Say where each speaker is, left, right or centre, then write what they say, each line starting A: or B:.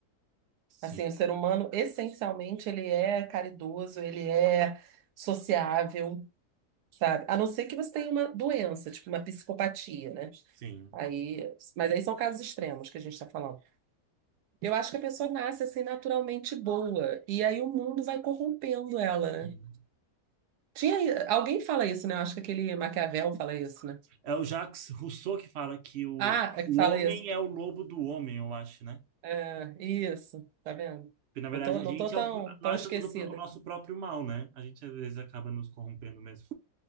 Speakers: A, on the right; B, on the right.
A: Sim.
B: Assim, o ser humano, essencialmente, ele é caridoso, ele é sociável, sabe? A não ser que você tenha uma doença, tipo uma psicopatia, né?
A: Sim.
B: Aí, mas aí são casos extremos que a gente está falando. Eu acho que a pessoa nasce assim naturalmente boa, e aí o mundo vai corrompendo ela, né?
A: Sim.
B: Tinha, alguém fala isso, né? Eu acho que aquele Maquiavel fala isso, né?
A: É o Jacques Rousseau que fala que o,
B: Ah, é que
A: o
B: fala
A: homem
B: isso.
A: é o lobo do homem, eu acho, né?
B: É, isso, tá vendo?
A: Porque, na verdade,
B: Não tô,
A: a
B: não
A: gente
B: tô tão,
A: é um, nós
B: tão esquecida.
A: somos o, pro- o nosso próprio mal, né? A gente, às vezes, acaba nos corrompendo mesmo.